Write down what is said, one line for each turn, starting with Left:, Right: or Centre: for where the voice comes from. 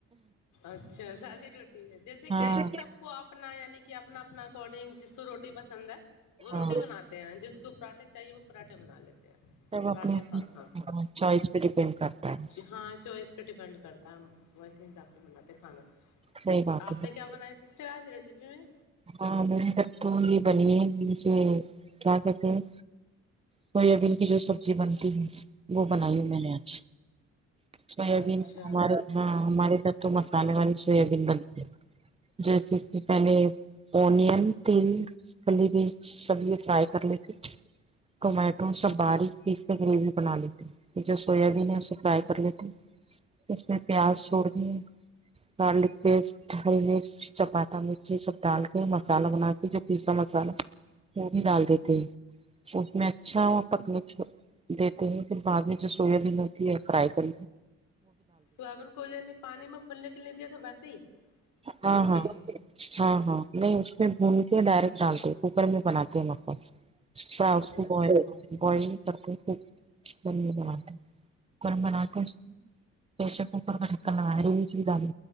Left: اچھا سادی روٹی ہے جیسے
Right: ہاں
Left: کہ سب کو اپنا یعنی کہ اپنا اپنا اکارڈنگ جس کو روٹی پسند ہے وہ
Right: ہاں
Left: روٹی بناتے ہیں جس کو پراٹھے چاہیے وہ پراٹھے بنا لیتے ہے
Right: سب اپنی
Left: پراٹھے پہ ہاں
Right: چوائس پہ ڈیپینڈ کرتا ہے
Left: ہاں چوائس پہ ڈپینڈ ویسے حساب سے بناتے کھانا
Right: صحیح بات
Left: آپ نے
Right: ہے
Left: کیا بنایا سسٹر آج ریسیپی میں
Right: ہاں میرے گھر تو یہ بنی ہے اسے کیا کہتے ہیں سویابین کی جو سبزی بنتی ہے وہ بنائی ہے میں نے آج سویا بین
Left: اچھا
Right: ہمارے ہاں ہمارے گھر تو مسالے والی سویابین بنتی ہے جیسے کہ میں نے اونین تل پھلی بینچ سب یہ فرائی کر لیتی ٹومیٹو سب باریک پیس کے گریوی بنا لیتے یہ جو سویابین ہے اسے فرائی کر لیتے اس میں پیاز چھوڑدےگارلک پیسٹ ہری مرچ چپاٹا یہ سب ڈال کے مسالہ بنا کے جو پیسہ مسالہ وہ بھی ڈال دیتے ہیں اس میں اچھا پکنے چھوڑ دیتے ہیں پھر بعد میں جو سویابین ہوتی ہے فرائی کر
Left: سویابین کو یعنی پانی میں پھولنے کے لیے دیا تھا ویسے ہی
Right: ہاں
Left: دھو
Right: ہاں
Left: کے
Right: ہاں ہاں نہیں اس میں بھون کے ڈائریکٹ ڈالتے کوکر میں بناتے ہیں ہمارے پاس تھوڈا
Left: اچھا
Right: اسکو بوال آنے بوال کر کے کوکر ڈالتے کوکر میں ڈالتے پرریشر کوکر کا ڈھکن لگائی پھر ڈالی